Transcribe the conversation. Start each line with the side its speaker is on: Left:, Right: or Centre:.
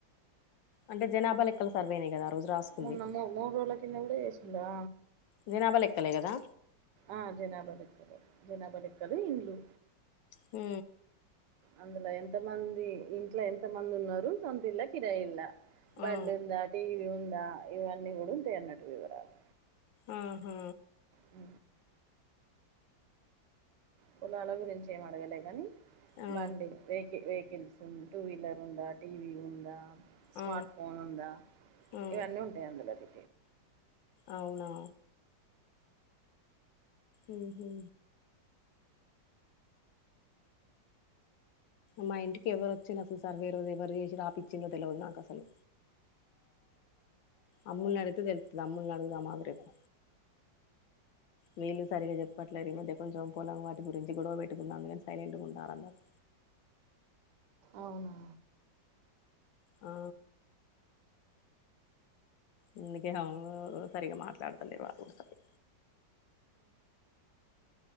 Left: అంటే జనాభా లెక్కల సర్వేనే కదా రోజు రాసుకుంది
Right: మొన్న మూ మూడు రోజుల కింద కూడా చేసిందా
Left: జనాభా లెక్కలే కదా
Right: ఆ జనాబ లెక్కలు జనబ లెక్కలు ఇండ్లు
Left: హు
Right: అందులో ఎంతమంది ఇంట్లో ఎంత మంది ఉన్నారు సొంతిల్ల కిరాయిల్ల బండి
Left: ఆ
Right: ఉందా టీవీ ఉందా ఇవన్నీ కూడా వుంటాయి అనట్టు వివరాలు
Left: ఆహా
Right: హ కులాల గురించి ఏం అడగలే గాని
Left: ఆ
Right: బండి వెహికల్స్ ఉ టూ వీలర్ ఉందా టీవీ ఉందా స్మార్ట్
Left: ఆ
Right: ఫోన్ ఉందా
Left: ఆ
Right: ఇవన్నీ ఉంటాయి అందులోది
Left: అవునా ఉ హు మా ఇంటికి ఎవరు వచ్చిర్రో అసలు సర్వే రోజు ఎవరు చేసి రాపిచ్చిడ్రో తెలవదు నాకు అసలు అమ్ముల్ నడుగుతే తెలుత్తది అమ్ముల్ నడుగుదాం అగు రేపు వీళ్ళు సరిగా చెప్పట్లేదు ఈ మధ్య కొంచెం పొలం వాటి గురించి గొడవ పెట్టుకుంద అందుకని సైలెంట్గా ఉంటారందరు
Right: అవునా
Left: ఆ అందుకే సరిగా మాట్లాడతలే వాల్లు కూడా సరి